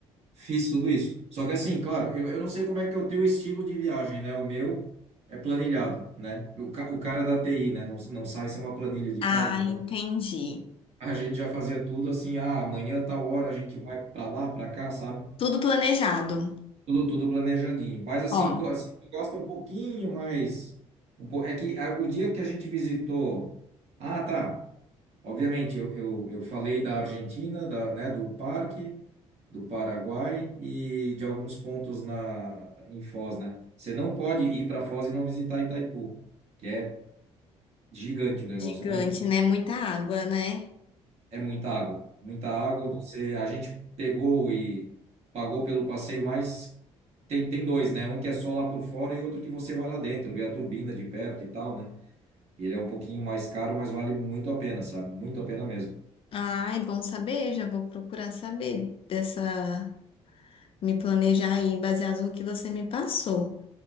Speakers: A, on the right; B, on the left.
A: Fiz tudo isso. Só que assim, claro, eu, eu não sei como é que é o teu estilo de viagem, né? O meu é planilhado, né? O, ca- o cara da TI, né? Não, não sai sem uma planilha de
B: Ah,
A: casa, então
B: entendi.
A: a gente já fazia tudo assim, ah, amanhã tal hora a gente vai pra lá, pra cá, sabe?
B: Tudo planejado.
A: Tudo, tudo planejadinho. Mas assim,
B: Ó,
A: pô, assim, tu gosta um pouquinho mais. Um po... É que ah, o dia que a gente visitou. Ah, tá. Obviamente, eu, eu, eu falei da Argentina, da, né, do Parque, do Paraguai e de alguns pontos na, em Foz, né? Você não pode ir para Foz e não visitar Itaipu, que é gigante o negócio,
B: gigante,
A: é muito,
B: né? Muita água, né?
A: é muita água, muita água. Você, a gente pegou e pagou pelo passeio, mas tem, tem dois, né? Um que é só lá por fora e outro que você vai lá dentro, vê a turbina de perto e tal, né? Ele é um pouquinho mais caro, mas vale muito a pena, sabe? Muito a pena mesmo.
B: Ah, é bom saber, já vou procurar saber dessa, me planejar aí baseado no que você me passou.